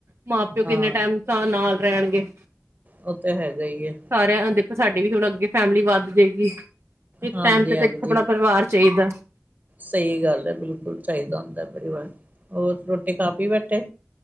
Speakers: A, on the right (about 60°); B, on the right (about 35°).
A: ਮਾਂ ਪਿਓ ਕਿੰਨੇ
B: ਹਾਂ
A: ਟਾਈਮ ਤਾਂ ਨਾਲ ਰਹਿਣਗੇ।
B: ਉਹ ਤੇ ਹੈਗਾ ਹੀ ਹੈ
A: ਸਾਰਿਆਂ ਦੇਖੋ ਸਾਡੀੇ ਵੀ ਥੋੜ੍ਹਾ ਅੱਗੇ ਫੈਮਿਲੀ ਵੱਧ ਜਾਏਗੀ। ਇੱਕ
B: ਹਾਂਜੀ
A: ਟਾਈਮ ਤੇ ਦੇਖੋ
B: ਹਾਂਜੀ
A: ਆਪਣਾ ਪਰਿਵਾਰ ਚਾਹੀਦਾ
B: ਸਹੀ ਗੱਲ ਹੈ ਬਿਲਕੁਲ ਚਾਹੀਦਾ। ਪਰਿਵਾਰ ਹੋਰ ਰੋਟੀ ਖਾ ਪੀ ਬੈਠੇ